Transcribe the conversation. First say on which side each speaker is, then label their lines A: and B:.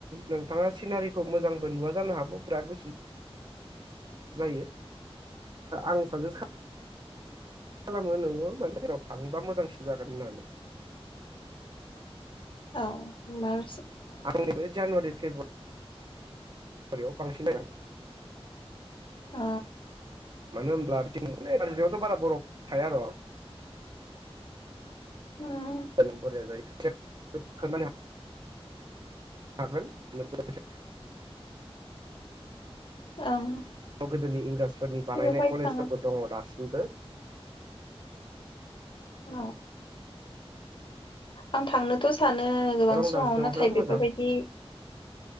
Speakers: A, on the right (about 45°); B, on the left (about 50°).
A: नोंथाङा सिनारिखौ मोजांबो नुवा जानो हागौ बिराद गुसु जायो। आं साजेस खा खालामो नोङो माने <unintelligible> थाङोबा मोजांसिन जागोन होननानै।
B: औ मार्स
A: आंनिबो जानुवारि फेब्रु आरियाव बांसिन <unintelligible>
B: अ
A: मानो होनोब्ला बिथिं दारजिलिंआवथ बारा बरफ थायार'। औ।
B: उम
A: <unintelligible> थागोन <unintelligible>
B: ओं।
A: गोदोनि इंराजफोरनि बानायनाय
B: बेवहाय
A: कलेजफोरबो
B: थाङो
A: दङ दासिम मबो।
B: औ।
A: <inaudible>
B: आं थांनोथ सानो गोबां
A: दं
B: समाव
A: दार्जिलिंआव
B: नाथाय
A: बिराद
B: बेफोरबायदि
A: मोजां